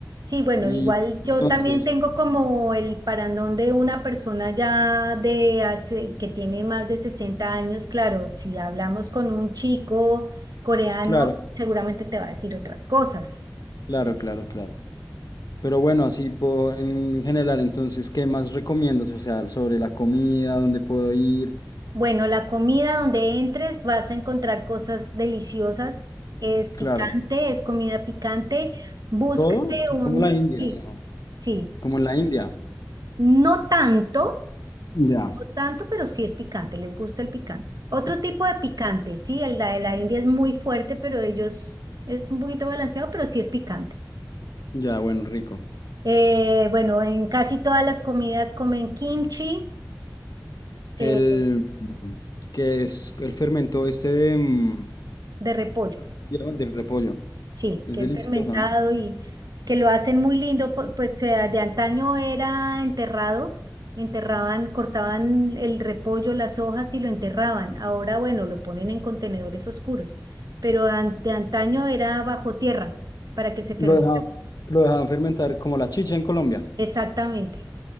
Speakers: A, on the right (about 65°); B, on the left (about 65°).
A: Sí, bueno,
B: Y
A: igual yo
B: entonces,
A: también tengo como el parandón de una persona ya de hace, que tiene más de 60 años. Claro, si hablamos con un chico coreano,
B: claro,
A: seguramente te va a decir otras cosas.
B: claro,
A: Sí.
B: claro, claro. Pero bueno, así po- en general, entonces, ¿qué más recomiendas? O sea, sobre la comida, dónde puedo ir,
A: Bueno, la comida donde entres vas a encontrar cosas deliciosas. Es picante,
B: claro.
A: es comida picante. Búscate
B: Todo, así
A: un,
B: como la India,
A: sí,
B: ¿no?
A: sí,
B: Como en la India.
A: no tanto,
B: Ya.
A: no tanto, pero sí es picante, les gusta el picante. Otro tipo de picante, sí, el de la India es muy fuerte, pero ellos es un poquito balanceado, pero sí es picante.
B: Ya, bueno, rico.
A: Eh, bueno, en casi todas las comidas comen kimchi
B: El
A: eh,
B: mm, que es el fermento este de, mm,
A: de repollo.
B: ¿cómo se llama? del repollo.
A: Sí,
B: Es
A: que
B: delicioso,
A: es fermentado
B: ¿no?
A: y que lo hacen muy lindo, pu- pues eh, de antaño era enterrado, enterraban, cortaban el repollo, las hojas y lo enterraban. Ahora, bueno, lo ponen en contenedores oscuros, pero an- de antaño era bajo tierra para que se fermente.
B: Lo dejaban, lo dejaban fermentar como la chicha en Colombia.
A: Exactamente,